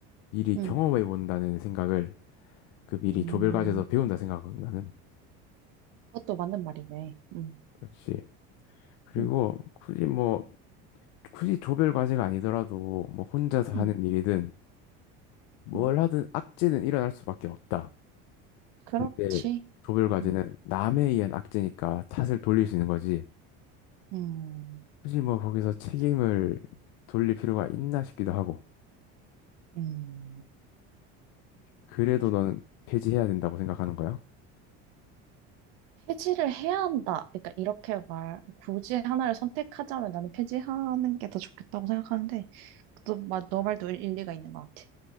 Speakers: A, on the left; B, on the right.
A: 미리
B: 응,
A: 경험해 본다는 생각을 그 미리
B: 음,
A: 조별 과제에서 배운다 생각하거든 나는.
B: 그것도 맞는 말이네. 응,
A: 그렇지. 그리고
B: 응,
A: 굳이 뭐 굳이 조별 과제가 아니더라도 뭐 혼자서 하는
B: 응,
A: 일이든 뭘
B: 응,
A: 하든 악재는 일어날 수밖에 없다.
B: 그렇지.
A: 근데 조별 과제는
B: 응,
A: 남에 의한 악재니까 탓을 돌릴 수 있는 거지.
B: 음,
A: 굳이 뭐 거기서 책임을
B: 맞아.
A: 돌릴 필요가 있나 싶기도 하고
B: 음,
A: 그래도
B: 좀
A: 너는 폐지해야 된다고 생각하는 거야?
B: 폐지를 해야 한다. 그러니까 이렇게 말, 굳이 하나를 선택하자면 나는 폐지하는 게 더 좋겠다고 생각하는데, 또, 마- 너 말도 일- 일리가 있는 것 같아.